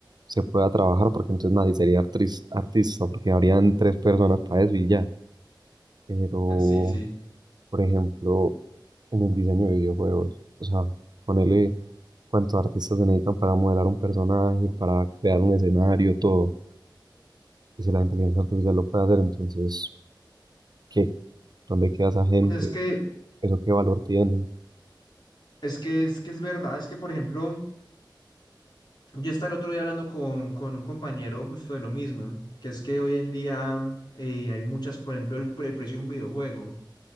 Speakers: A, on the right; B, on the left.
A: se pueda trabajar, porque entonces nadie sería artris- artista, porque habrían tres personas para eso y ya, pero
B: Sí, sí.
A: por ejemplo, en el diseño de videojuegos. O sea, ponerle cuántos artistas se necesitan para modelar un personaje, para crear un escenario, todo. Y si la inteligencia artificial lo puede hacer, entonces, ¿qué? ¿Dónde queda esa gente?
B: Pues es que,
A: ¿Eso qué valor tiene?
B: es que, es que es verdad, es que por ejemplo, yo estaba el otro día hablando con, con un compañero justo de lo mismo, que es que hoy en día eh, hay muchas, por ejemplo, el, pre- el precio de un videojuego,